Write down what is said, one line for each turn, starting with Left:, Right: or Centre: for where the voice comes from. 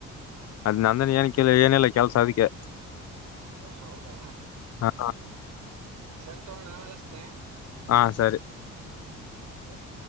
Left: ಅದ್ ನಂದನ ಏನ ಕಿಲ್ಲ ಏನಿಲ್ಲಲ್ಲ ಕೆಲಸ ಅದಕ್ಕೆ
Right: ಹೌದಾ
Left: ಹ
Right: ಸರಿ ತಗೋಣ ಆಮೆಲ್ಲಸ್ನೆ
Left: ಹ ಸರಿ
Right: ಹ್ಮ್